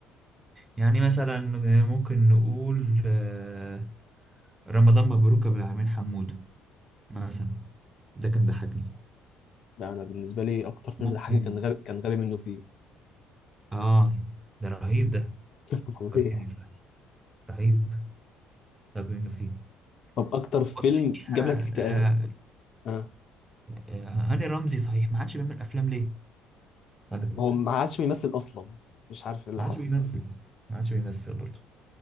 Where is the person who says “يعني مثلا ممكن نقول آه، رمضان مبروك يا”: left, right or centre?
Right